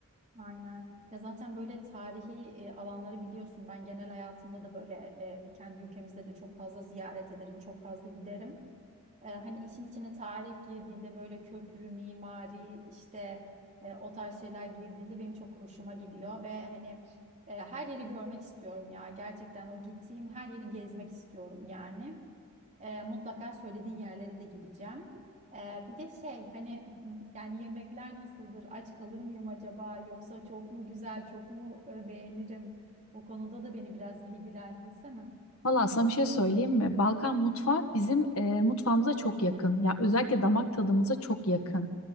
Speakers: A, on the right (about 35°); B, on the left (about 75°).
A: Aynen. Ya zaten böyle tarihi e, alanları biliyorsun. Ben genel hayatımda da böyle e, kendi ülkemizde de çok fazla ziyaret ederim, çok fazla giderim. E, hani işin içine tarih girdiğinde böyle köprü, mimari işte e, o tarz şeyler girdiğinde benim çok hoşuma gidiyor ve hani e, her yeri görmek istiyorum ya. Gerçekten o gittiğim her yeri gezmek istiyorum yani. E, mutlaka söylediğin yerlere de gideceğim. E, bir de şey hani <laughs> yani yemekler nasıldır? Aç kalır mıyım acaba? Yoksa çok mu güzel, çok mu e, beğenirim? O konuda da beni biraz bilgilendirsene.
B: Valla sana bir şey söyleyeyim mi? Balkan mutfağı bizim e, mutfağımıza çok yakın. Ya özellikle damak tadımıza çok yakın.